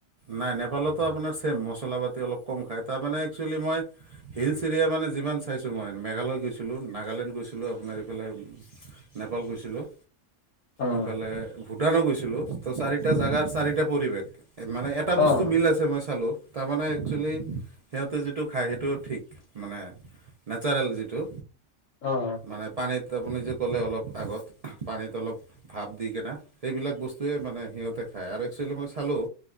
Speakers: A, on the right (about 50°); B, on the left (about 80°).
A: নাই নেপালতো আপোনাৰ ছেম মছলা পাতি অলপ কম খায় তাৰমানে একচুৱেলি মই হিলছ এৰিয়া মানে যিমান চাইছোঁ মই মেঘালয় গৈছিলোঁ, নাগালেণ্ড গৈছিলোঁ আপোনাৰ এইফালে নেপাল গৈছিলোঁ।
B: অ',
A: ইফালে ভূটানো গৈছিলো, ত চাৰিটা জাগাৰ চাৰিটা পৰিৱেশ। মানে এটা
B: অ'।
A: বস্তু মিল আছে মই চালোঁ। তাৰমানে একচুৱেলি সিহঁতে যিটো খায় সেইটো ঠিক মানে নেচাৰেল যিটো
B: অ',
A: মানে পানীত আপুনি যে ক'লে অলপ আগত পানীত অলপ ভাপ দি কিনা, সেইবিলাক বস্তুৱেই মানে সিহঁতে খাই আৰু একচুৱেলি মই চালোঁ।